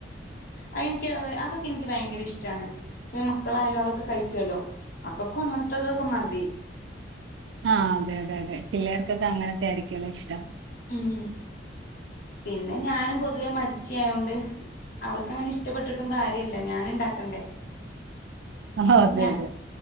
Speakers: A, on the left; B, on the right.
A: അയ്യി നിക്ക് അതൊക്കെ എനിക്ക് ഭയങ്കര ഇഷ്ടമാണ്. പിന്നെ മക്കളായാലും അതൊക്കെ കഴിക്കോല്ലോ മക്കൾക്കും അങ്ങന്നെ ഇപ്പ ഇതൊക്കെ മതി
B: ആഹ് അതെ അതെ അതെ പിള്ളേർക്കൊക്കെ അങ്ങനൊക്കെ ആയിരിക്കുല്ലോ ഇഷ്ടം
A: ഉം പിന്നെ ഞാനും പൊതുവേ മടിച്ചി ആയൊണ്ട് അവർക്ക്ങ്ങനെ ഇഷ്ടപപ്പെട്ടിട്ടും കാര്യ ല്ല ഞാൻ ണ്ടാക്കണ്ടേ
B: ആഹ് അതെ,
A: ഞാ
B: അതെ.